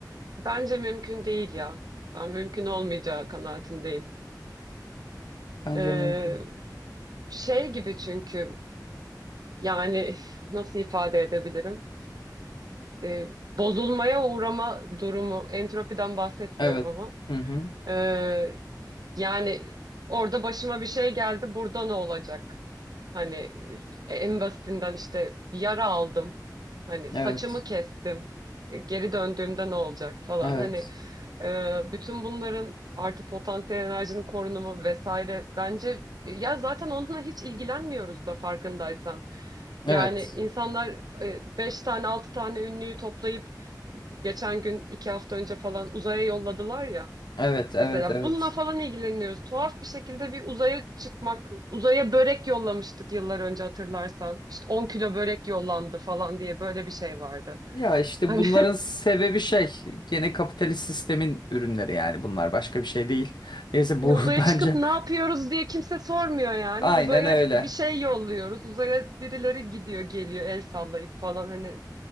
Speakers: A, on the right; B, on the left.
A: Bence mümkün değil ya. Ben mümkün olmayacağı kanaatindeyim.
B: Bence
A: Ee,
B: mümkün.
A: şey gibi çünkü yani <laughs> nasıl ifade edebilirim? Ee, bozulmaya uğrama durumu. Entropiden bahsetmiyorum
B: Evet. Hı hı.
A: Ee, yani orada başıma bir şey geldi, burada ne olacak? Hani e, en basitinden işte bir yara aldım. Hani saçımı
B: Evet.
A: kestim. E, Geri döndüğümde ne olacak falan.
B: Evet.
A: Hani e, bütün bunların artı potansiyel enerjinin korunumu vesaire bence e, ya zaten onunla hiç ilgilenmiyoruz da farkındaysan.
B: Evet.
A: Yani insanlar e, beş tane altı tane ünlüyü toplayıp geçen gün iki hafta önce falan uzaya yolladılar ya.
B: Evet, evet,
A: Mesela
B: evet.
A: bununla falan ilgileniyoruz. Tuhaf bir şekilde bir uzaya çıkmak, uzaya börek yollamıştık yıllar önce hatırlarsan. İşte 10 kilo börek yollandı falan diye böyle bir şey vardı.
B: Ya işte
A: Hani,
B: bunların sebebi şey gene kapitalist sistemin ürünleri yani bunlar başka bir şey değil. Neyse
A: <laughs> hani
B: bu
A: uzaya
B: <laughs> bence
A: çıkıp ne yapıyoruz diye kimse sormuyor yani.
B: aynen
A: Uzaya
B: öyle.
A: bir şey yolluyoruz. Uzaya birileri gidiyor, geliyor el sallayıp falan hani